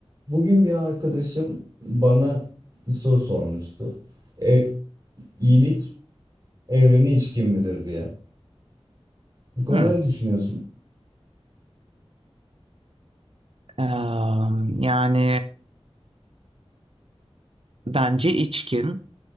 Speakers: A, on the right (about 35°); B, on the right (about 60°).
A: Bugün bir arkadaşım bana bir soru sormuştu. E, iyilik evrene içkin midir diye. Bu konuda
B: Hı.
A: ne düşünüyorsun?
B: Eee, yani bence içkin